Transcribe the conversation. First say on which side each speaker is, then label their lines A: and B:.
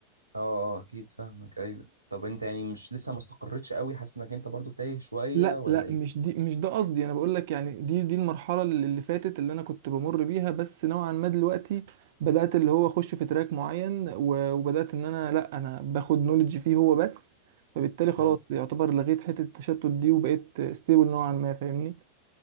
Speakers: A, on the right (about 80°); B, on the right (about 55°).
A: اه اه اكيد فاهمك ايوه طب انت يعني مش لسه ما استقرتش قوي حاسس انك انت برضه تايه شويه
B: لا
A: ولا
B: لا
A: ايه
B: مش دي مش ده قصدي انا بقول لك يعني دي دي المرحله اللي اللي فاتت اللي انا كنت بمر بيها بس نوعا ما دلوقتي بدات اللي هو اخش في تراك معين و- وبدات ان انا لا انا باخد نولج فيه هو بس فبالتالي خلاص
A: مم.
B: يعتبر لغيت حته التشتت دي وبقيت ستيبل نوعا ما فاهمني